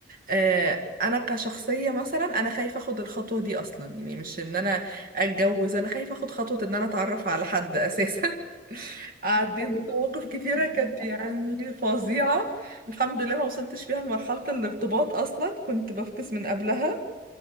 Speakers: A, on the right; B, on the left.
A: آه، انا كشخصيه مثلا انا خايفه اخد الخطوه دي اصلا يعني مش ان انا اتجوز انا خايفه اخد خطوه ان انا اتعرف على حد اساسا <laughs> عديت
B: طيب
A: بمواقف كتيره كانت
B: انت
A: يعني
B: اصلا
A: فظيعه الحمد لله ما وصلتش فيها لمرحله الارتباط اصلا كنت بفكس من قبلها